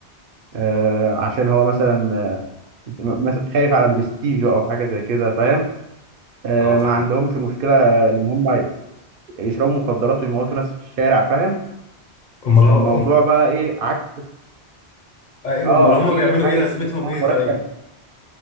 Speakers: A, on the right (about 60°); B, on the left (about 50°).
A: آه عشان هو مثلا م- مثلا خايف على برستيجه او حاجة زي كده فاهم آه
B: اه فاهم
A: ما عندهمش مشكلة ان هم يشربوا مخدرات ويموتوا ناس في الشارع فاهم
B: امال
A: الموضوع
B: هو <laughs>
A: بقى ايه عكس
B: ايوه
A: اه
B: امال هم
A: في
B: بيعملوا
A: حاجة
B: ايه لازمتهم
A: اسمها
B: ايه
A: مركب
B: طيب